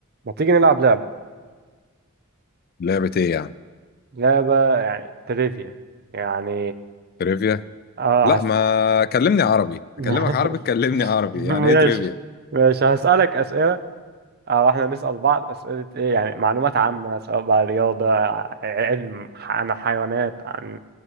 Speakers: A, on the right; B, on the left.
A: ما تيجي نلعب لعبة
B: لعبة ايه يعني
A: لعبة يعني تريفيا يعني
B: تريفيا
A: اه
B: لا
A: هس...
B: ما كلمني عربي
A: <laughs>
B: اكلمك عربي تكلمني عربي
A: ماشي
B: يعني ايه تريفيا
A: ماشي هسألك أسئلة أو إحنا نسأل بعض أسئلة إيه يعني معلومات عامة سواء بقى رياضة علم عن حيوانات عن